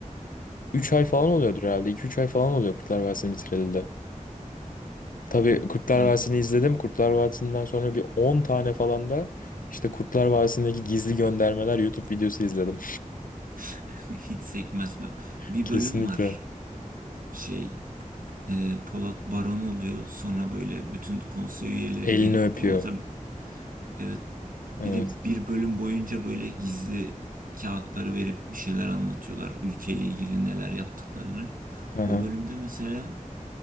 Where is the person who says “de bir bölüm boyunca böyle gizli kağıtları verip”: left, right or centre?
Right